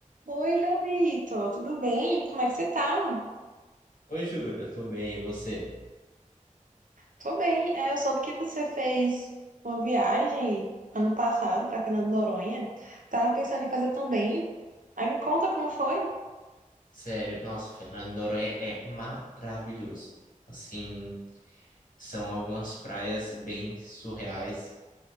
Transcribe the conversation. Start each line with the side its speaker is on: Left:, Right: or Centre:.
Right: Oi, João Vitor, tudo bem? Como é que você tá?
Left: Oi, Júlia, tudo bem? E você?
Right: Tô bem. É, eu soube que você fez uma viagem ano passado para Fernando de Noronha. Tava pensando em fazer também. Aí me conta como foi.
Left: Sério, nossa, Fernando de Noronha é maravilhoso. Assim, são algumas praias bem surreais.